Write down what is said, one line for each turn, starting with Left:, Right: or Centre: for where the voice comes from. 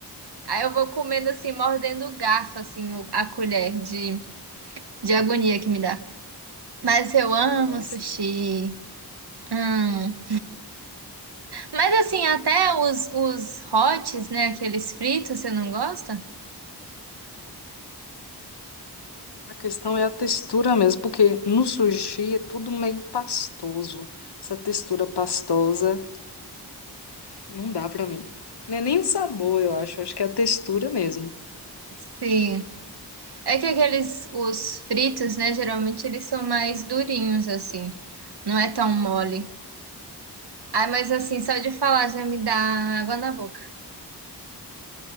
Right: Aí eu vou comendo assim, mordendo o garfo, assim, o- a colher de de agonia que me dá. Mas eu amo
Left: Nossa.
Right: sushi. Hum. Mas assim, até os, os hots, né? Aqueles fritos, você não gosta?
Left: A questão é a textura mesmo, porque no sushi é tudo meio pastoso. Essa textura pastosa não dá pra mim. Não é nem o sabor, eu acho. Acho que é a textura mesmo.
Right: Sim. É que aqueles, os fritos, né? Geralmente eles são mais durinhos, assim. Não é tão mole. Ah, mas assim, só de falar já me dá água na boca.